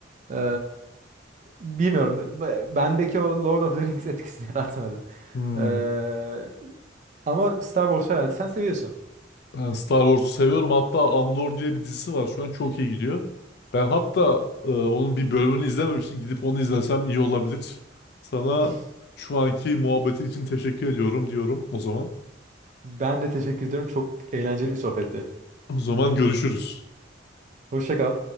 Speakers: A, on the right; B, on the left.
A: Eee, bilmiyorum. B- Bendeki o Lord of the Rings etkisini <laughs> yaratmadı.
B: Hmm.
A: Eee, ama Star Wars herhalde sen seviyorsun.
B: Ben Star Wars'u seviyorum. Hatta Andor diye bir dizisi var. Şu an çok iyi gidiyor. Ben hatta e, onun bir bölümünü izlememiştim. Gidip onu izlesem iyi olabilir. Sana
A: <laughs>
B: şu anki muhabbetin için teşekkür ediyorum diyorum o zaman.
A: Ben de teşekkür ederim. Çok eğlenceli bir sohbetti.
B: O zaman görüşürüz.
A: Hoşça kal.